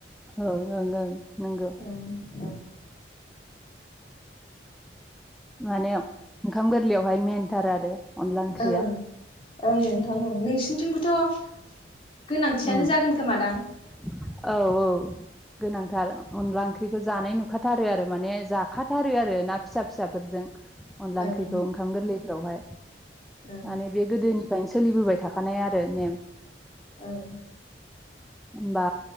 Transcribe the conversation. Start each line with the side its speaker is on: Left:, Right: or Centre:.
Centre: औ ओं - ओं नंगौ
Left: ओ
Centre: माने ओंखाम गोरलैयावहाय मेेनथार आरो अनला ओंख्रिया
Left: ओं ओं नोंथां ओं नोंसिनिथिंबोथ' गोनांथियानो
Centre: ओ-ओ
Left: जागोन खोमादां
Centre: औ - औ गोनांथार अनला ओंख्रिखौ जानाय नुखाथारो आरो माने जाखाथारो आरो ना फिसा फिसाफोरजों अनला
Left: ओं
Centre: ओंख्रिखौ ओंखाम गोरलैफ्रावहाय
Left: ओं
Centre: माने बे गोदोनि बेनो सोलिबोबाय थाखानाय आरो नेम
Left: ओं
Centre: होमबा